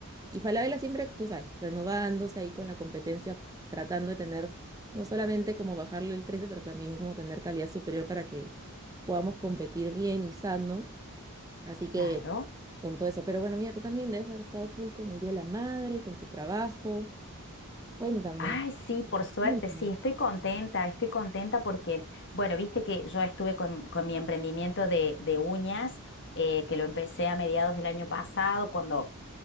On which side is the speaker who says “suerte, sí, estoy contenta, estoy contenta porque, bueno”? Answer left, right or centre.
Left